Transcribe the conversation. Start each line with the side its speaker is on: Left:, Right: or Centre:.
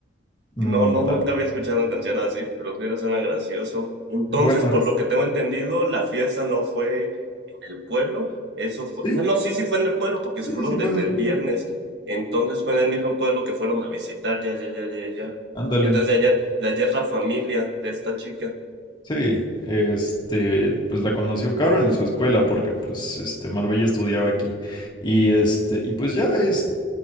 Left: Mm,
Right: No, no, nunca
Left: ta-
Right: había escuchado una canción así, pero mira, suena gracioso. Entonces,
Left: Bueno,
Right: por
Left: es...
Right: lo que tengo entendido, la fiesta no fue en el pueblo, eso fue...
Left: Sí,
Right: Ah, no, sí, sí fue en el pueblo, porque se
Left: sí,
Right: fueron
Left: sí
Right: desde
Left: fue en el
Right: el
Left: pueblo.
Right: viernes. Entonces fue en el mismo pueblo que fueron a visitar, ya, ya, ya, ya, ya.
Left: Ándale.
Right: Entonces, de ayer, de ayer la familia de esta chica.
Left: Sí, este, pues la conoció Caro en su escuela porque pues este Marbella estudiaba aquí. Y este, y pues ya este